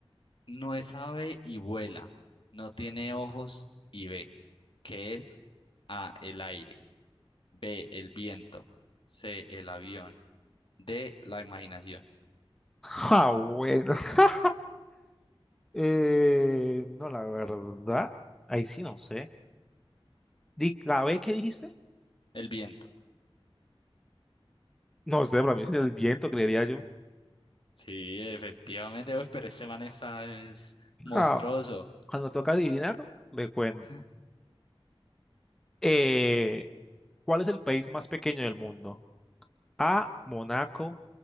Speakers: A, on the left; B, in the centre.
A: No es ave y vuela. No tiene ojos y ve. ¿Qué es? A, el aire. B, el viento. C, el avión. D, la imaginación.
B: Ah, bueno. <laughs> Eh, no, la verdad. Ahí sí no sé. Di- ¿La B qué dijiste?
A: El viento.
B: No sé, para mí sería el viento, creería yo.
A: Sí, efectivamente, uy, pero este man está es monstruoso.
B: Ah, Cuando toca adivinar, le cuento.
A: <laughs>
B: Eh, ¿cuál es el país más pequeño del mundo? A, Monaco.